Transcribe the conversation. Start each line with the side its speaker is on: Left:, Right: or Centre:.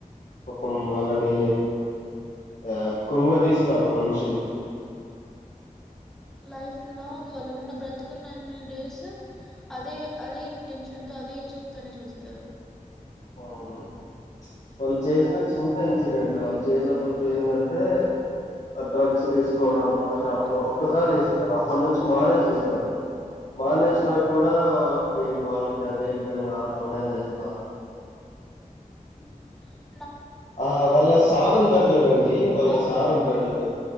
Left: పాపం వాళ్ళని ఆ కుంగదీస్తారు మనిషిని
Centre: లైఫ్ లాంగ్
Left: హ్మ్.
Centre: వాళ్ళు ఉన్న బ్రతికున్నన్ని డేస్ అదే అదే ఇంటెన్షన్తో అదే చూపుతోనే చూస్తారు
Left: అవును
Centre: ఉమ్,
Left: వాళ్ళు చేసిన చేయ ఇంకో ఇన్సిడెంట్ వాళ్ళు చేసిన తప్పు ఏంటంటే ఆ డ్రగ్స్ వేసుకోవడం ఆ షాప్
Centre: అవును
Left: లో ఒక్కసారి చేసుంటారు అప్పటి నుంచి మానేసింటారు మానేసినా
Centre: ఉమ్.
Left: కూడా వాళ్ళకి వాళ్ళకి అదే విధంగా అట్లనే చేస్తారు
Centre: హ్మ్
Left: ఆ వాళ్ళ సార్ ఉంటారు చూడండి వాళ్ళ
Centre: అవునవును
Left: సార్ ఉంటాడు చూడు